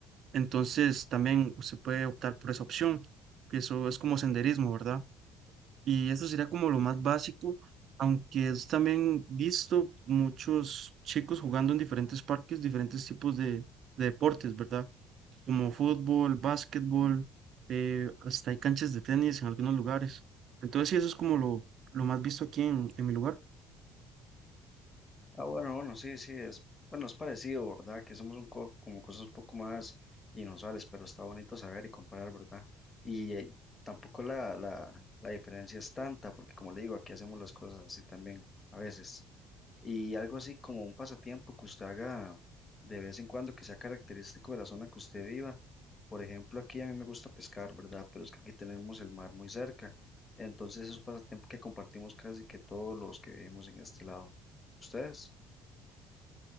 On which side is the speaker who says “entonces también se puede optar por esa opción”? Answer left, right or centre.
Right